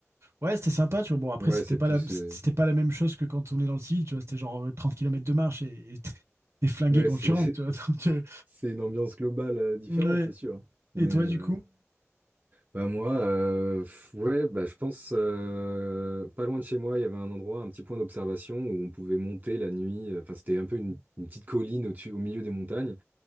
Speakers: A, on the right (about 65°); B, on the right (about 35°).
A: ouais, c'était sympa. Tu vois. Bon, après,
B: Ouais,
A: c'était
B: c'est
A: pas
B: plus.
A: la, c'était
B: euh,
A: pas la même chose que quand on est dans le civil, tu vois. C'était genre euh, 30 km de marche et et t'es t'es flingué
B: Ouais,
A: quand
B: c'est
A: tu rentres,
B: <laughs>
A: tu vois. <laughs> Donc, euh,
B: c'est une ambiance globale euh, différente,
A: ouais.
B: c'est sûr. Mais,
A: Et toi, du coup?
B: Bah moi, euh, pff, ouais, bah je pense euh, pas loin de chez moi, il y avait un endroit, un petit point d'observation où on pouvait monter la nuit. euh, Enfin, c'était un peu une, une petite colline au, au milieu des montagnes